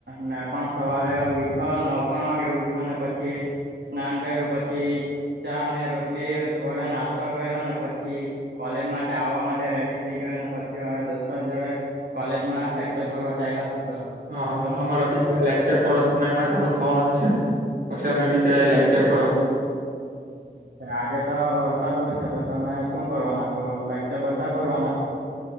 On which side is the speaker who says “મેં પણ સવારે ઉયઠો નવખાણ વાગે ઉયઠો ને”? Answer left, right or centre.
Right